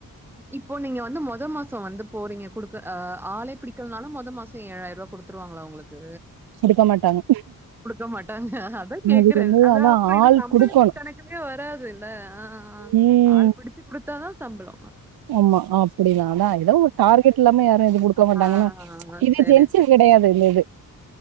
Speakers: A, in the centre; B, on the right.
A: இப்போ நீங்க வந்து மொத மாச வந்து போறீங்க குடுக்க அ ஆளே பிடிக் க்கல்னாலு மொத மாச ஏழாயிர்வா குடுத்துருவாங்ளா உங்ளுக்கு
B: குடுக்க மாட்டாங்க
A: குடுக்க மாட்டாங்க அதா கேக்கறே
B: அதுக்கு வந்து
A: அது
B: அதா
A: அப்ற இது
B: ஆள்
A: சம்பளத்
B: குடுக்கணு
A: கணக்கு துவே வராது இல்ல ஆ ஆ
B: ம்
A: ஆள் பிடிச்சு குடுத்தாதா சம்பள
B: ஆமா அப்டிதா அதா எதோ ஒரு டார்கெட் இல்லாம யாரு எது குடுக் க்க மாட்டாங்கனா
A: ஆ. ஆ,
B: இது
A: சரி,
B: ஜென்சு கிடையாது இந்த இது